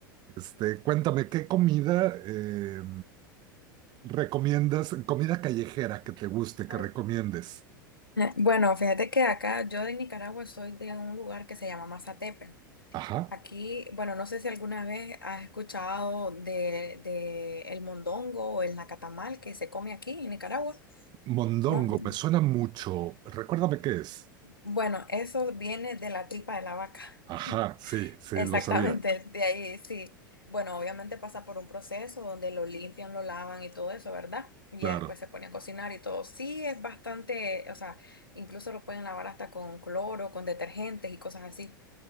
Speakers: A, on the right; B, on the left.
A: Este, cuéntame, ¿qué comida eh, recomiendas? Comida callejera que te guste, que
B: <laughs>
A: recomiendes.
B: Bueno, fíjate que acá yo de Nicaragua soy de un lugar que se llama Mazatepe.
A: Ajá.
B: Aquí, bueno, no sé si alguna vez has escuchado de, de el mondongo o el nacatamal que se come aquí en Nicaragua.
A: Mondongo,
B: No.
A: me suena mucho. Recuérdame qué es.
B: Bueno, eso viene de la tripa de la vaca.
A: Ajá, sí,
B: <laughs>
A: sí,
B: Exactamente,
A: lo sabía.
B: de ahí sí. Bueno, obviamente pasa por un proceso donde lo limpian, lo lavan y todo eso, ¿verdad? Y
A: Claro.
B: ya después se pone a cocinar y todo. Sí, es bastante, o sea, incluso lo pueden lavar hasta con cloro, con detergentes y cosas así,